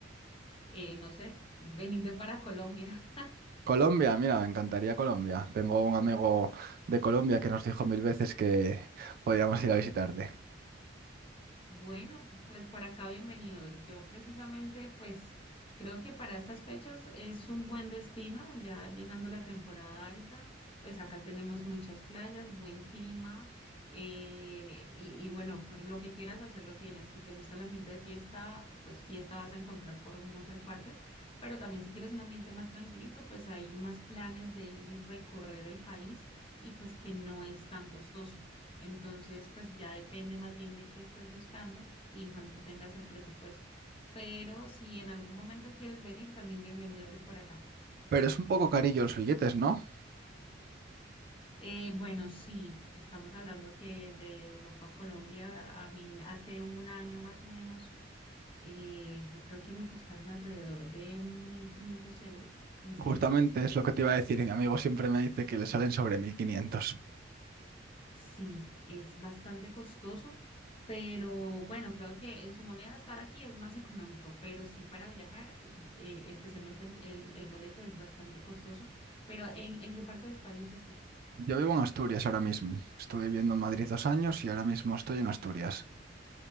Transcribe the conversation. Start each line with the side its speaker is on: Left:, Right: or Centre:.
Left: eh, no sé, venirte para Colombia.
Right: Colombia, mira, me encantaría Colombia. Tengo un amigo de Colombia que nos dijo mil veces que podíamos ir a visitarte.
Left: Bueno, pues por acá bienvenido. Yo precisamente, pues creo que para estas fechas es un buen destino, ya llegando la temporada alta, pues acá tenemos muchas playas, buen clima eh, y, y bueno, por lo que quieras hacer lo tienes. Si te gusta el ambiente de fiesta, pues fiesta vas a encontrar por muchas partes, pero también si quieres un ambiente más tranquilito, pues hay más planes de ir y recorrer el país y pues que no es tan costoso. Entonces, pues ya depende más bien de qué estés buscando y en cuanto tengas el presupuesto. Pero si en algún momento quieres venir, también bienvenido eres por acá.
Right: Pero es un poco carillo los billetes, ¿no?
Left: Eh, bueno, sí, estamos hablando que de Europa a Colombia, a mí hace un año más o menos, eh, yo creo que me costaron alrededor de 1.500 euros mis
Right: Justamente
Left: tiquetes.
Right: es lo que te iba a decir. y Mi amigo siempre me dice que le salen sobre mil quinientos.
Left: Sí, es bastante costoso, pero bueno, creo que en su moneda estar aquí es más económico, pero sí para viajar, eh, especialmente el, el- el boleto es bastante costoso. Pero ¿en, en qué parte de España estás tú?
Right: Yo vivo en Asturias ahora mismo. Estuve viviendo en Madrid dos años y ahora mismo estoy en Asturias,